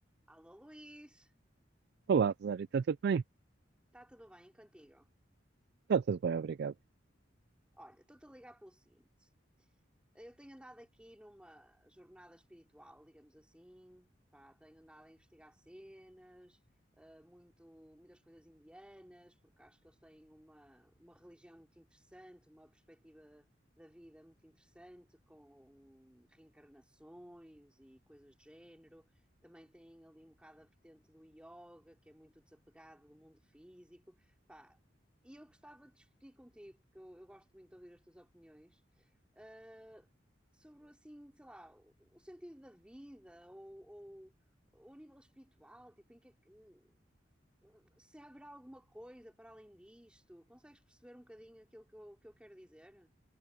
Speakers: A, in the centre; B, on the right.
A: Alô Luís,
B: Olá, Rosário, está tudo bem?
A: está tudo bem contigo?
B: Está tudo bem, obrigado.
A: Olha, estou-te a ligar pelo seguinte: eu tenho andado aqui numa jornada espiritual, digamos assim, pá, tenho andado a investigar cenas, eh, muito, muitas coisas indianas, porque acho que eles têm uma, uma religião muito interessante, uma perspectiva da vida muito interessante, com reencarnações e coisas do género. Também têm ali um bocado a vertente do yoga, que é muito desapegado do mundo físico. Pá, E eu gostava de discutir contigo, porque eu, eu gosto muito de ouvir as tuas opiniões, ah, sobre assim, sei lá, o, o sentido da vida ou, ou, ou a nível espiritual, tipo, em que, é que- se haverá alguma coisa para além disto, consegues perceber um bocadinho aquilo que eu, que eu quero dizer?